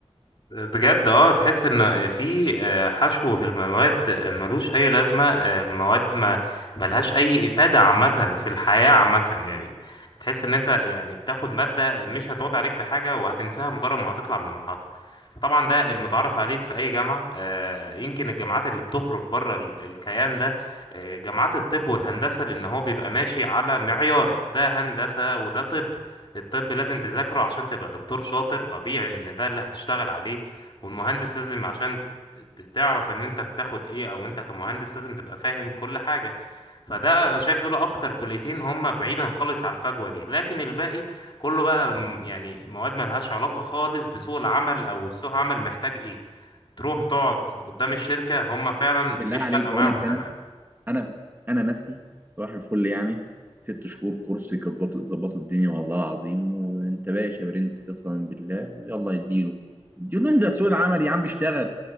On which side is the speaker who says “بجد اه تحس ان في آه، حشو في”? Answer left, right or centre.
Left